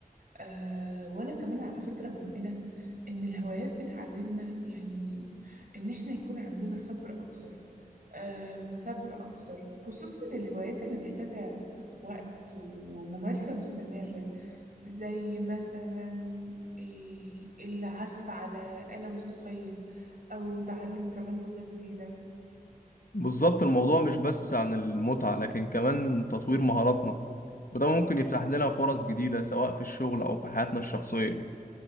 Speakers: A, on the right; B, on the left.
A: آه وأنا كمان على فكرة مؤمنة إن الهوايات بتعلمنا يعني إن إحنا يكون عندنا صبر أكتر آه مثابرة أكتر خصوصا الهوايات اللي محتاجة وقت وممارسة مستمرة زي مثلا إيه، العزف على آلة موسيقية أو تعلم كمان لغة جديدة
B: بالظبط الموضوع مش بس عن المتعة لكن كمان تطوير مهاراتنا وده ممكن يفتح لنا فرص جديدة سواء في الشغل أو في حياتنا الشخصية